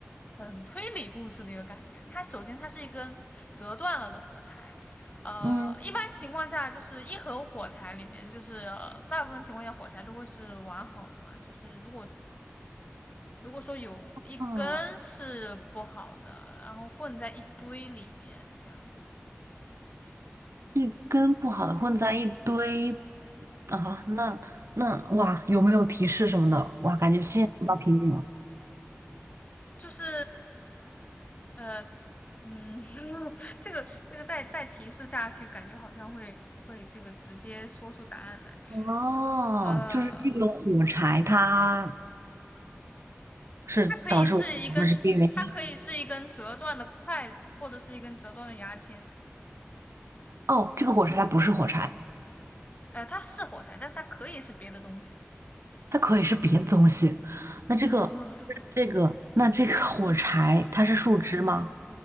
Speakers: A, on the left; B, on the right.
A: 很推理故事的一个感觉。它首先它是一根折断了的火柴，呃，
B: 嗯，
A: 一般情况下就是一盒火柴里面，就是呃大部分情况下火柴都会是完好的嘛，就是如果如果说有一根是不好的，
B: 啊，
A: 然后混在一堆里面这样子。
B: 一根不好的混在一堆啊，那那哇，有没有提示什么的？哇，感觉现在遇到瓶颈了。
A: 就是呃嗯，<laughs> 这个这个再再提示下去，感觉好像会会这个直接说出答案来。
B: 哦，
A: 呃呃，
B: 就是这个火柴它是导致我死亡的直接原因。
A: 它可以是一根，它可以是一根折断的筷子，或者是一根折断的牙签。
B: 哦，这个火柴它不是火柴。
A: 呃，它是火柴，但它可以是别的东西。
B: 它可以是别的东西。那这个，
A: 嗯，<laughs>
B: 这个，那这个 <laughs> 火柴，它是树枝吗？